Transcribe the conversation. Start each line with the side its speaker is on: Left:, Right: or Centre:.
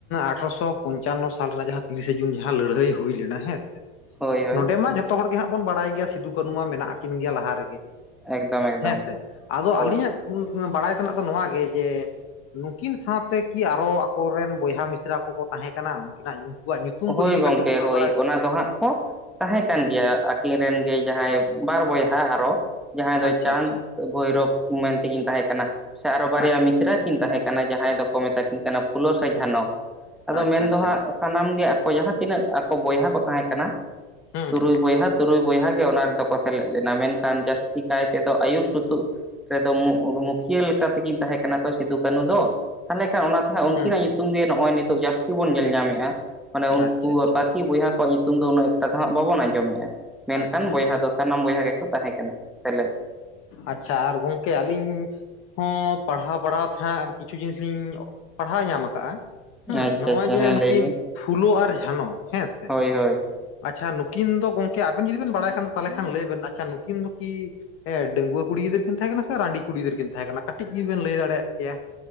Left: ᱟᱴᱷᱨᱚᱥᱚ ᱯᱚᱧᱪᱟᱱᱱᱚ ᱥᱟᱞ ᱨᱮᱱᱟᱜ ᱡᱟᱦᱟᱸ ᱛᱤᱨᱤᱥᱮ ᱡᱩᱱ ᱡᱟᱦᱟᱸ ᱞᱟᱹᱲᱦᱟᱹᱭ ᱦᱩᱭ ᱞᱮᱱᱟ ᱦᱮᱸ ᱥᱮ ᱾
Centre: ᱦᱳᱭ ᱦᱳᱭ
Left: ᱱᱚᱸᱰᱮ ᱢᱟ ᱡᱚᱛᱚ ᱦᱚᱲ ᱜᱮ ᱦᱟᱸᱜ ᱵᱚᱱ ᱵᱟᱲᱟᱭ ᱜᱮᱭᱟ ᱥᱤᱫᱩ ᱠᱟᱹᱱᱩ ᱢᱟ ᱢᱮᱱᱟᱜ ᱟᱹᱠᱤᱱ ᱜᱮᱭᱟ ᱞᱟᱦᱟ ᱨᱮ ᱜᱮ
Centre: ᱮᱠᱫᱚᱢ
Left: ᱾
Centre: ᱮᱠᱫᱚᱢ
Left: ᱦᱮᱸ ᱥᱮ, ᱟᱫᱚ
Centre: ᱦᱳᱭ
Left: ᱟᱹᱞᱤᱧᱟᱜ ᱵᱟᱲᱟᱭ ᱛᱮᱱᱟᱜ ᱫᱚ ᱱᱚᱣᱟ ᱜᱮ ᱡᱮ? ᱱᱩᱠᱤᱱ ᱥᱟᱶᱛᱮ ᱠᱤ ᱟᱨᱚ ᱟᱠᱚᱨᱮᱱ ᱵᱚᱭᱦᱟ ᱢᱤᱥᱨᱟ ᱠᱚ ᱠᱚ ᱛᱟᱦᱮᱸ ᱠᱟᱱᱟ ᱩᱱᱠᱤᱱᱟᱜ ᱧᱩᱛᱩᱢ? ᱩᱱᱠᱩᱣᱟᱜ
Centre: ᱦᱳᱭ
Left: ᱠᱚ ᱡᱩᱫᱤ
Centre: ᱜᱚᱝᱠᱮ,
Left: ᱠᱟᱹᱴᱤᱡ ᱡᱩᱫᱤ
Centre: ᱦᱳᱭ
Left: ᱵᱮᱱ ᱵᱟᱲᱟᱭ
Centre: ᱾
Left: ᱠᱷᱟᱱ
Centre: ᱚᱱᱟ ᱫᱚ ᱦᱟᱸᱜ ᱠᱚ ᱛᱟᱦᱮᱸ ᱠᱟᱱ ᱜᱮᱭᱟ ᱟᱹᱠᱤᱱ ᱨᱮᱱ ᱜᱮ ᱡᱟᱦᱟᱸᱭ ᱵᱟᱨ ᱵᱚᱭᱦᱟ ᱟᱨᱚ ᱡᱟᱦᱟᱸᱭ ᱫᱚ
Left: ᱟᱪᱪᱷᱟ
Centre: ᱪᱟᱸᱫ
Left: ᱟᱪᱪᱷᱟ
Centre: ᱵᱷᱳᱭᱨᱳᱚᱵ ᱢᱮᱱᱛᱮ ᱠᱤᱱ ᱛᱟᱦᱮᱸ ᱠᱟᱱᱟ ᱥᱮ ᱟᱨᱚ ᱵᱟᱨᱭᱟ
Left: ᱟᱪᱪᱷᱟ
Centre: ᱢᱤᱥᱨᱟ ᱠᱤᱱ ᱛᱟᱦᱮᱸ ᱠᱟᱱᱟ ᱡᱟᱦᱟᱸᱭ ᱫᱚ ᱠᱚ ᱢᱮᱛᱟ ᱠᱤᱱ ᱠᱟᱱᱟ ᱯᱷᱩᱞᱳ ᱥᱮ ᱡᱷᱟᱱᱚ ᱟᱫᱚ
Left: ᱟᱪᱪᱷᱟ
Centre: ᱢᱮᱱ
Left: ᱟᱪᱪᱷᱟ
Centre: ᱫᱚ ᱦᱟᱸᱜ ᱥᱟᱱᱟᱢ ᱜᱮ ᱡᱟᱦᱟᱸ ᱛᱤᱱᱟᱹᱜ ᱟᱠᱚ ᱵᱚᱭᱦᱟ ᱠᱚ ᱛᱟᱦᱮᱸ ᱠᱟᱱᱟ
Left: ᱦᱩᱸ
Centre: ᱛᱩᱨᱩᱭ
Left: ᱦᱩᱸ
Centre: ᱵᱚᱭᱦᱟ ᱾ ᱛᱩᱨᱩᱭ ᱵᱚᱭᱦᱟ ᱜᱮ ᱚᱱᱟ ᱨᱮᱫᱚ ᱠᱚ ᱥᱮᱞᱮᱫ ᱞᱮᱱᱟ ᱢᱮᱱ ᱠᱷᱟᱱ ᱡᱟᱹᱥᱛᱤ ᱠᱟᱭ ᱛᱮᱫᱚ ᱟᱹᱭᱩᱨ ᱥᱩᱛᱩᱜ ᱨᱮᱫᱚ ᱢᱩᱠᱷᱤᱭᱟᱹ ᱞᱮᱠᱟ ᱛᱮᱜᱤᱧ ᱛᱟᱦᱮᱸ ᱠᱟᱱᱟ ᱛᱚ ᱥᱤᱫᱩ- ᱠᱟᱹᱱᱩ ᱫᱚ, ᱛᱟᱦᱚᱞᱮ ᱠᱷᱟᱱ ᱚᱱᱟ ᱩᱱᱠᱤᱱᱟᱜ
Left: ᱦᱩᱸ ᱦᱩᱸ
Centre: ᱧᱩᱛᱩᱢ ᱜᱮ ᱱᱚᱜ-ᱚᱭ ᱱᱤᱛᱚᱜ ᱡᱟᱹᱥᱛᱤ ᱵᱚᱱ ᱧᱮᱞ ᱧᱟᱢᱮᱫ-ᱟ ᱢᱟᱱᱮ ᱩᱱᱠᱩ
Left: ᱟᱪᱪᱷᱟ ᱟᱪᱪᱷᱟ
Centre: ᱟᱯᱟᱛᱚ ᱵᱚᱭᱦᱟ ᱠᱚᱣᱟᱜ ᱧᱩᱛᱩᱢ ᱫᱚ ᱩᱱᱟᱹᱜ ᱮᱠᱴᱟ ᱫᱚ ᱦᱟᱸᱜ ᱵᱟᱵᱚᱱ ᱟᱸᱡᱚᱢᱮᱫ-ᱟ, ᱢᱮᱱᱠᱷᱟᱱ
Left: ᱟᱪᱪᱷᱟ
Centre: ᱵᱚᱭᱦᱟ ᱫᱚ ᱥᱟᱱᱟᱢ ᱵᱚᱭᱦᱟ ᱜᱮᱠᱚ ᱛᱟᱦᱮᱸ ᱠᱟᱱᱟ ᱦᱮᱞᱳ᱾
Left: ᱟᱪᱷᱟ ᱟᱨ ᱜᱚᱝᱠᱮ ᱟᱹᱞᱤᱧ ᱦᱚᱸ ᱯᱟᱲᱦᱟᱣ ᱵᱟᱲᱦᱟᱣ ᱛᱮ ᱦᱟᱸᱜ ᱠᱤᱪᱷᱩ ᱡᱤᱱᱤᱥ ᱞᱤᱧ ᱯᱟᱲᱦᱟᱣ ᱧᱟᱢ ᱟᱠᱟᱜ-ᱟ ᱾ ᱦᱩᱸ,
Centre: ᱟᱪᱪᱷᱟ
Left: ᱱᱚᱜ-ᱚᱭ
Centre: ᱟᱪᱪᱷᱟ
Left: ᱡᱮ
Centre: ᱦᱮᱸ
Left: ᱱᱩᱠᱤᱱ
Centre: ᱞᱟᱹᱭ
Left: ᱯᱷᱩᱞᱳ ᱟᱨ ᱡᱷᱟᱱᱚ ᱾ ᱦᱮᱸᱥᱮ?
Centre: ᱦᱮᱸᱻᱻ
Left: ᱟᱪᱷᱟ, ᱱᱩᱠᱤᱱ ᱫᱚ ᱜᱚᱝᱠᱮ ᱟᱵᱮᱱ ᱡᱩᱫᱤ ᱵᱮᱱ ᱵᱟᱲᱟᱭ ᱠᱷᱟᱱ ᱫᱚ ᱛᱟᱦᱚᱞᱮ ᱠᱷᱟᱱ ᱞᱟᱹᱭ ᱵᱮᱱ ᱾ ᱟᱪᱷᱟ, ᱱᱩᱠᱤᱱ ᱫᱚ ᱠᱤ? ᱮ ᱰᱟᱺᱜᱩᱣᱟᱹ ᱠᱩᱲᱤ ᱜᱤᱫᱟᱹᱨ ᱠᱤᱱ ᱛᱟᱦᱮᱸ ᱠᱟᱱᱟ, ᱥᱮ ᱨᱟᱺᱰᱤ ᱠᱩᱲᱤ ᱜᱤᱫᱟᱹᱨ ᱠᱤᱱ ᱛᱟᱦᱮᱸ ᱠᱟᱱᱟ? ᱠᱟᱹᱴᱤᱡ ᱜᱮᱵᱮᱱ ᱞᱟᱹᱭ ᱫᱟᱲᱮ ᱭᱟᱜ ᱠᱮᱭᱟ?